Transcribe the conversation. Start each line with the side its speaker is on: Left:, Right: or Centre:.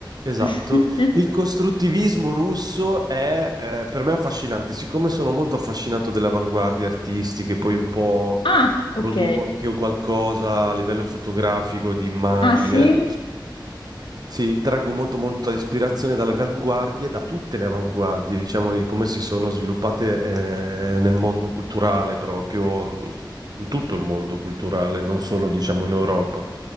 Right: Esatto,
Left: <laughs>
Right: il costruttivismo russo è eh, per me affascinante, siccome sono molto affascinato delle avanguardie artistiche, poi un po'
Left: Ah, ok.
Right: produco anch'io qualcosa a livello fotografico, di immagine,
Left: Ah, sì?
Right: sì, traggo molto molta ispirazione dalle avanguardie, da tutte le avanguardie, diciamo, di come si sono sviluppate eh, nel mondo culturale proprio, mm, in tutto il mondo culturale, non solo diciamo in Europa.